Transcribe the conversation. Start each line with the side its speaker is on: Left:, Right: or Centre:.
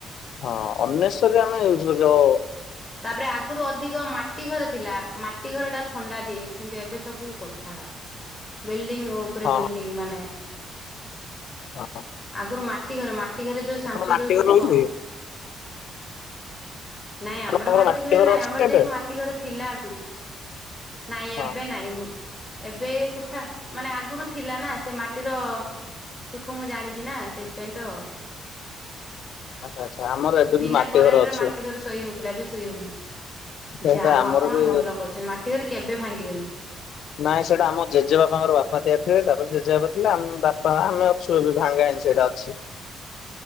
Left: ହଁ ଅନେସେରୀ ରେ ଆମେ ୟୁଜ କ ଯୋଉ
Centre: ତାପରେ ଆଗରୁ ଅଧିକ ମା ଟି ଘର ଥିଲା ମାଟି ଘର ଟା ଥଣ୍ଡା ଦିଏ କିନ୍ତୁ ଏବେ ସବୁ କୋଠା ଘର ବିଲ୍ଡିଙ୍ଗ ଓ ପରେ
Left: ହଁ
Centre: ବିଲ୍ଡିଂ ମାନେ
Left: ହଁ।
Centre: ଆଗରୁ ମାଟି ଘର ମାଟି ଘରେ ଯୋଉ ଶାନ୍ତି
Left: ଆପଣ ମାଟି
Centre: ଯୋଉ ସୁଖ
Left: ଘରେ ରହୁଛନ୍ତି
Centre: ନାଇଁ ଆମର
Left: ଆପଣଙ୍କର
Centre: ମାଟି ଘରେ
Left: ଘର
Centre: ନାଇଁ
Left: ଅଛି
Centre: ଆମର
Left: ଏବେ
Centre: ଯେହେତୁ ମାଟି ମାଟି ଘର ଥିଲା ଆଗରୁ ନାଇଁ
Left: ହଁ।
Centre: ଏବେ ନାଇଁ ମୁ ଏବେ କୋଠା ମାନେ ଆଗରୁ ଥିଲା ନା ସେ ମାଟିର ସୁଖ ମୁଁ ଜାଣିଛି ନା ସେଇଥିପାଇଁ ତ
Left: ଆଛା ଆଚ୍ଛା ଆମର ଏବେବି
Centre: ବିନା
Left: ମାଟି
Centre: କରେଣ୍ଟ
Left: ଘର ଅଛି।
Centre: ରେ ମାଟି ଘରେ ଶୋଇ ହଉଥିଲା ଏବେ ଶୋଇ ହଉନି
Left: ସେଇଟା
Centre: ଯାହା ହଉ
Left: ଆମର
Centre: ଆପଣ
Left: ବି
Centre: ଭଲ କରୁଛନ୍ତି ମାଟି ଘରେ କେବେ ଭାଙ୍ଗିବେନି।
Left: ନାଇଁ ସେଟା ଆମ ଜେଜେବାପାଙ୍କର ବାପା ତିଆରି ଥିଲେ ତାପରେ ଜେଜେବାପା ଥିଲେ ଆମ ବାପା ଆମେ ଶୋଇବୁ ଭାଙ୍ଗାହେଇନି ସେଇଟା ଅଛି।